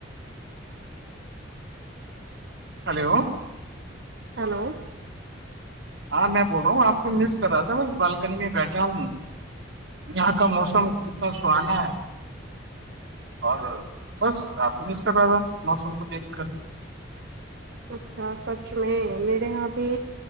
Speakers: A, on the right; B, on the right.
A: ہلو
B: ہیلو
A: ہاں میں بول رہ ہوں آپ کو مس کر رہا تھا میں بالکنی میں بیٹھا ہوں یہاں کا موسم کتنا سہانا ہے اور بس آپ کو مس کر رہا تھا موسم کو دیکھ کر
B: اچھا سچ میں میرے یہاں بھی